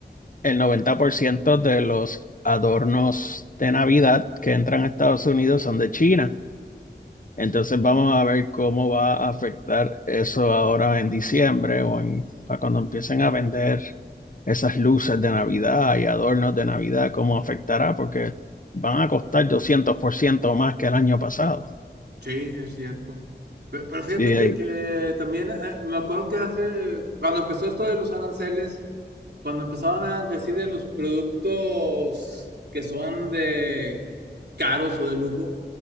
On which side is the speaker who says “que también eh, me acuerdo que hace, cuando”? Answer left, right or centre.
Right